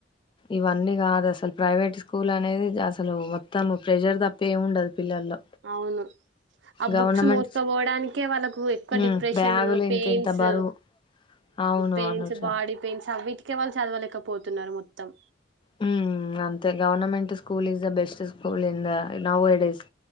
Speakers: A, on the left (about 25°); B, on the right (about 70°).
A: ఇవన్నీ కాదు అసలు ప్రైవేట్ స్కూల్ అనేది అసలు మొత్తం ప్రెషర్ తప్ప ఏమి ఉండదు పిల్లల్లో
B: అవును ఆ
A: గవర్నమెంట్
B: బుక్స్ మోసుకోపోవడానికే
A: స్కూ-
B: వాళ్ళకు ఎక్కువ
A: ఉమ్,
B: డిప్రెషన్
A: బ్యాగులు ఇంత
B: పెయిన్స్
A: ఇంత బరువు అవును
B: పెయిన్స్
A: అనుష
B: బాడీ పెయిన్స్ అవి ఇక్కే వాళ్ళు చదవలేకపోతున్నారు మొత్తం
A: హ్మ్ అంతే government school is the best school in the nowadays